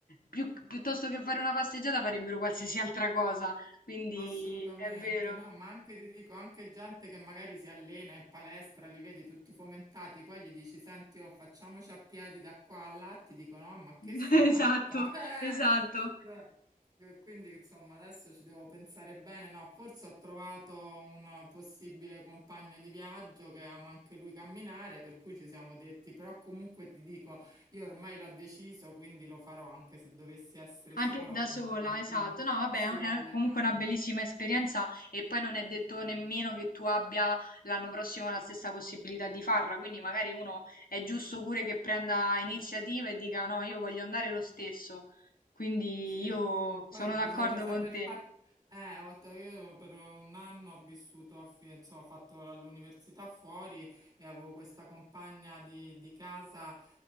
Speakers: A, on the left; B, on the right.
A: più- piuttosto che fare una passeggiata, farebbero qualsiasi altra cosa. Quindi
B: Assolutamente,
A: è vero.
B: no, ma anche ti dico, anche gente che magari si allena in palestra, li vedi tutti fomentati, poi gli dici, senti, oh, facciamoci a piedi da qua a là, ti dicono, "Ah, ma
A: <laughs>
B: che sei matta?
A: Esatto,
B: <laughs>
A: esatto.
B: Eh, cioè, eh, Quindi, insomma, adesso ci devo pensare bene, no, forse ho trovato un possibile compagno di viaggio che ama anche lui camminare, per cui ci siamo detti, però comunque ti dico, io ormai l'ho deciso, quindi lo farò anche se dovessi essere
A: Anche
B: sola,
A: da
B: appunto,
A: sola,
B: continuo,
A: esatto. No, vabbè,
B: sì,
A: è un- è
B: a allenarmi.
A: comunque una bellissima esperienza e poi non è detto nemmeno che tu abbia l'anno prossimo la stessa possibilità di farla, quindi magari uno è giusto pure che prenda iniziativa e dica no, io voglio andare lo stesso. Quindi
B: Sì,
A: io
B: sì, poi
A: sono d'accordo
B: bisogna saper
A: con te.
B: fare. Eh, ho detto, io per un anno ho vissuto, a Fi- insomma, ho fatto l'università fuori e avevo questa compagna di, di casa